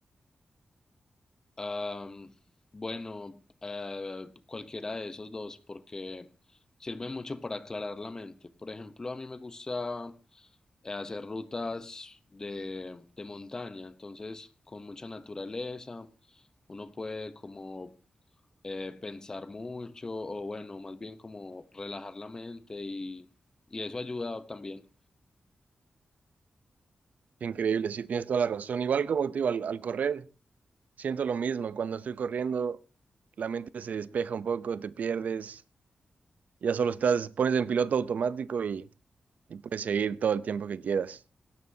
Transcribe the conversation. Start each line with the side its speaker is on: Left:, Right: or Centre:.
Left: Am, bueno, eh, cualquiera de esos dos, porque sirven mucho para aclarar la mente. Por ejemplo, a mí me gusta eh, hacer rutas de, de montaña, entonces con mucha naturaleza, uno puede como eh, pensar mucho o bueno, más bien como relajar la mente y, y eso ayuda también.
Right: Qué increíble, sí, tienes toda la razón. Igual como te digo, al, al correr, siento lo mismo. Cuando estoy corriendo, la mente se despeja un poco, te pierdes, ya solo estás, pones en piloto automático y, y puedes seguir todo el tiempo que quieras.